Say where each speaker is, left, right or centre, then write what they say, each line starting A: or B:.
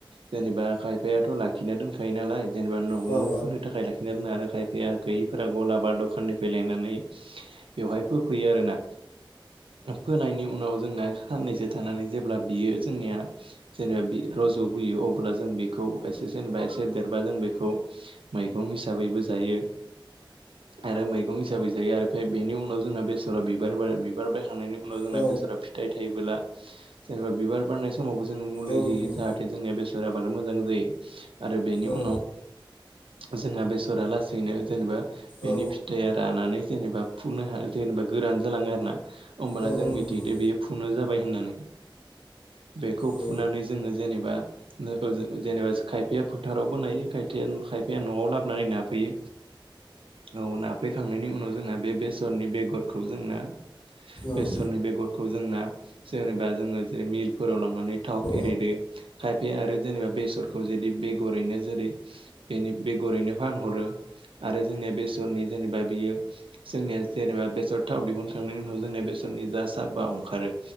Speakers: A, on the right; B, on the left.
A: जेनेबा खायफायाथ' लाखिना दोनखायो नालाय। जेनेबा न'आवनो
B: औ
A: फोनो थाखाय लाखिनो दोनो आरो खायफाया गै फोरा गलाबा दखाननिफ्राय लायनानै बेवहाय फोफैयो आरोना। फोनायनि उनाव जोंना साननैसो थानानै जेब्ला बियो जोंनिया जेनेबा बि रज' बोयो अब्ला जों बे खौ एसे जेनबा एसे देरबा जों बेखौ मैगं हिसाबैबो जायो आरो मैगं हिसाबै जायो आरो फाय बेनि उनाव जोंना बे फोरो बिबार बा बिबार बायखांनायनि उनाव जोंना
B: औ
A: बेसरा फिथाइ थायोब्ला जेनेबा बिबार बारनाय समाव जोङो मुलि
B: औ
A: होयो
B: नंगौ
A: जाहाथे जोंनि बेसर आबाद मोजां जायो आरो बेनि
B: औ
A: उनाव जोंहा बेसरा लासैनो जेनेबा बेनि
B: औ
A: फिथाइया रानानै जेनेबा फुननो हा जेनेबा गोरान जालाङो आरो ना। होमबाना
B: औ
A: जों मिथिदो
B: नंगौ
A: बेयो फुनो जाबाय होननानै। बेखौ
B: औ
A: फुनानै जोंङो जेनेबा ओ जेनेबा खायफाया फोथारावबो नायो खायथाया खायफाया न'आव लाबोनानै नाफैयो। औ ना फैखांनायनि उनाव जोंना बे बेसरनि बेगरखौ जोंना बेसरनि
B: औ
A: बेगरखौ जोंना जेनेबा जोंङो जेरै मिलफोराव लांनानै थाव
B: औ
A: फेरेदो खायफाया आरो जेनेबा बेसरखौ जेरदि बेगरैनो जेरै बेनि बेगरैनो फानहरो आरो जोंनिया बेसरनि जेनेबा बियो जोंनिया जेनेबा बेसर थाव दिहुनखांनायनि उनाव जोंनिया बेसर नि जा साबा‌ ओंखारो